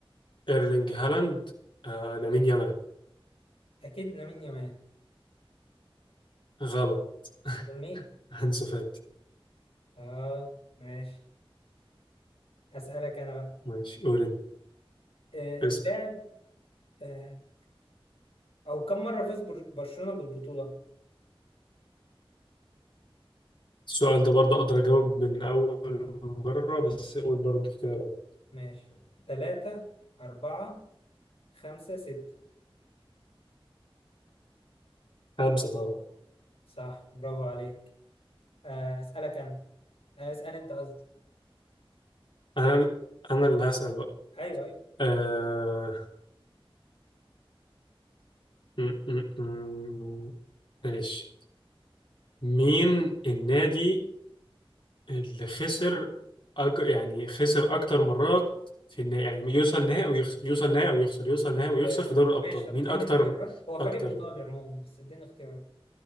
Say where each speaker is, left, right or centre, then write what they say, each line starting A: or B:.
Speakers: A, on the left (about 55°); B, on the left (about 75°).
A: إيرلينج هالاند آه لامين يامال
B: اكيد لامين يامال
A: غلط
B: امال مين
A: <laughs> أنسو فاتي
B: اه ماشي هسألك انا بقى
A: ماشي قول أنت
B: آه
A: اسأل
B: اللاعب آه او كم مرة فاز بر- برشلونة بالبطولة
A: السؤال ده برضه أقدر أجاوب من أول مرة بس قول برضه اختيارات
B: ماشي تلاتة أربعة خمسة ستة
A: خمسة طبعا
B: صح برافو عليك آه، أسألك أنا آه، أسأل أنت قصدي
A: أنا أنا اللي هسأل بقى
B: أيوه أيوه
A: آه... م- م- م- ماشي مين النادي اللي خسر أك... يعني خسر أكتر مرات في النهائي يعني يوصل نهائي ويخسر يوصل نهائي ويخسر يوصل
B: ال-
A: نهائي ويخسر في دوري الأبطال
B: ماشي طب
A: مين
B: اديني
A: أكتر
B: اختيارات هو فريق
A: أكتر
B: إيطالي عموما بس اديني اختيارات